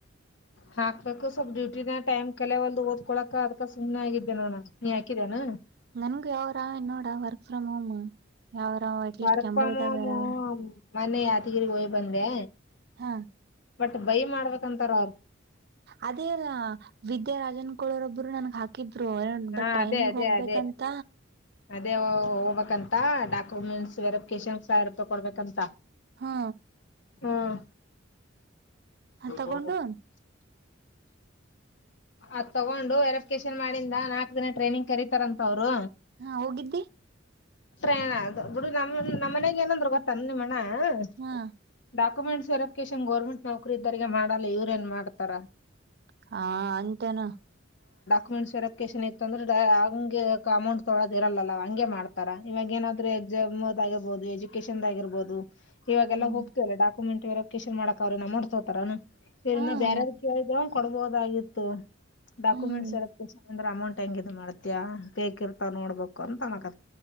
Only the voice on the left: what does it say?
ಹಾಕ್ಬೇಕು ಸ್ವಲ್ಪ್ ಡ್ಯೂಟಿಿದ ಟೈ್ ಕಲೆ ಒಲ್ ಓದ್ಕೋಕಕ್ ಅದಕ ಸು್ನೆ ಆಗಿದ್ದೆ ನೋಣ ನೀ ಹಾಕಿದೇಾನ
ವರ್ಕ್
ಫ್ರಮ್
ಹೋಮ್
ಮೊನ್ನೆ ಯಾದಿಗಿರಿ ಹಯ್ ಬಂದೆ
ಬಟ್ ಬೈ ಮಾಡ್ಬೇಕಕ್ಂತಾರ ಅವ್ರು
ಹಾ
ಅದೇ ಅದೇ
ಅದೇ ಅದೇ ಹೋಗ್ಬೇಕಂತ ಡಾಕ್ಯುಮೆಂಟ್ಸ್ ವೆರಿಫಿಕೇಶನ್ಸ್ ಸಾವ ರೂಪ ಕೊಡ್ಬೇಕಂತ
ಹ್ಮ್ ಹ
ಅದ್ ತಗೊಂಡು ವೆರಿಫಿಕೇಶನ್ ಮಾಡಿಂದ ನಾಲ್ಕ ದಿನ ಟ್ರೈನಿ್ ಕರೀತಾರಂತ ಅವರು
ನ್ ಅದು ಬಿಡಿ ನಮ್ಮ್ ನಮ್ಮ ಮನೆಗ್ ಏನಂದ್ರು ಗೊತ್ತಾನ ನಿಮ್ಮ ಡಾಕ
ಡಾಕ್ಯುಮೆಂಟ್ ವೆರಿಫಿಕೇಷನ್ ಗರ್ಮೆಂಟ್ ನೌಕರಿ ಇದರಿಗೆ ಮಾಡಲ್ಲ ಇವ್ರ ಏನ್ ಮಾಡ್ತಾರ
ಕುನ್ಸಿರತ್. ಎಕಶನ್ ಇತ್ತ ಅಂದ್ರೆ ಹಂಗೆ ಕಮೌಂಟ್ ತೊಳೋದ ಇರಲ್ಲಲ್ಲ ಹಂಗೆ ಮಾಡ್ತಾರ ಇವಾಗ ಏನಾದ್ರೂ ಎಕ್ಸಾಮ್ ಆಗಿರ್ಬಹುದು ಎಜುಕೇೇಶನ್ದ ಆಗಿರ್ಬಹದು. ಇವಾಗೆಲ್ಲ
ಹೋಗತಿವಲ್ಲ ಡಾಕ್ಟ ಕಮೆಂಟ್ ವೆರಿಕೇಶನ್ ಮಾಡಕ ಅವ್ರನ ಅಮೌಂಟ್ ತೋಗೋತಾರೇನ್. ಬೆರ್ರಿನ್
ಬೇರಯಾರಿಗ್
ಕೇಳಿದೆ. ಕೊಡ್ಬೋದಾಗಿತ್ತು. ಡಾಕ್ಯುಮೆಂಟ್ಸ್
ವೆರಫಿಕೇಷನ್. ಅಂದ್ರ ಅಮೌಂಟ್ ಹೆಂಗ ಇದು ಮಾಡ್ತಿಯಾ ಫೇಕಿರ್ತಾ ನೋಡ್ಬೇಕು ಅಂತ ಅನಕ.